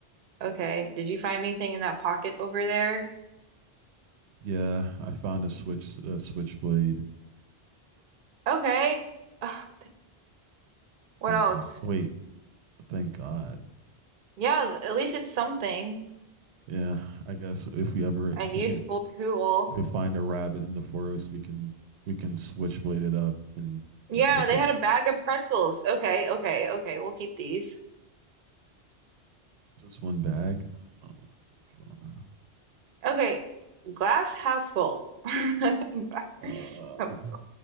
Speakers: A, on the right; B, on the right.
A: Okay. Did you find anything in that pocket over there?
B: Yeah, I found a switch a switchblade.
A: Okay. Ugh, what
B: Thank
A: else?
B: God. Wait, thank God.
A: Yeah, at least it's something.
B: Yeah, I guess if we ever
A: A
B: if
A: useful
B: we can
A: tool.
B: if we find a rabbit in the forest, we can we can switchblade it up and
A: Yeah,
B: and cook
A: they
B: it.
A: had a bag of pretzels. Okay, okay, okay. We'll keep these.
B: Just one bag. Oh, God.
A: Okay, glass half full. <laughs> Gla-
B: Uh,
A: <laughs>